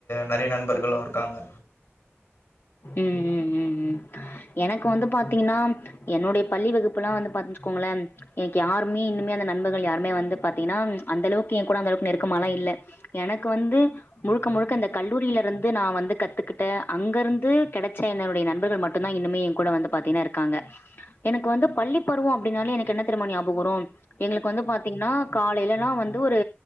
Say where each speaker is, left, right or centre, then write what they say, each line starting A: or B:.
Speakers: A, on the left; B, on the left.
A: நெறைய நண்பர்களும் ருக்காங்க
B: ம் ம் ம் ம் எனக்கு வந்து பாத்தீங்கன்னா என்னுடய பள்ளி வகுப்பு எல்லா வந்து பாத்துச்சுங்குளேன் எனக்கு யாருமே இன்னுமே அந்த நண்பர்கள் யாருமே வந்து பாத்தீங்கன்னா அந்த அளவுக்கு எங் கூட அந்தளவுக்கு நெருக்கமா லா இல்ல எனக்கு வந்து முழுக்க முழுக்க இந்த கல்லூரில இருந்து நா வந்து கத்துக்கிட்ட அங்கிருந்து கிடைச்ச என்னுடைய நண்பர்கள் மட்டுந்தா இன்னுமே எங் கூட வந்து பாத்தீங்கன்னா இருக்காங்க எனக்கு வந்து பள்ளி பருவம் அப்டின்னாலே எனக்கு என்ன தெரியுமா ஞாபக வரும் எங்களுக்கு வந்து பாத்தீங்கன்னா காலேலன்னா வந்து ஒரு